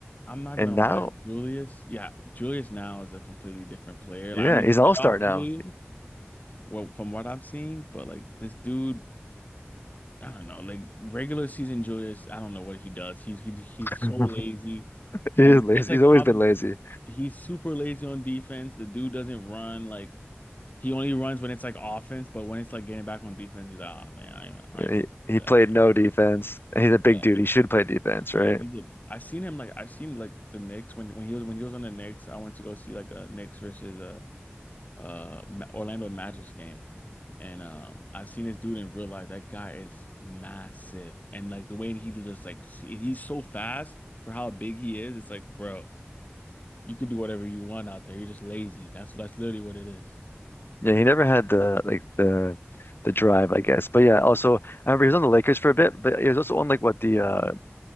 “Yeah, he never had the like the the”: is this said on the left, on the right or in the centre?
Left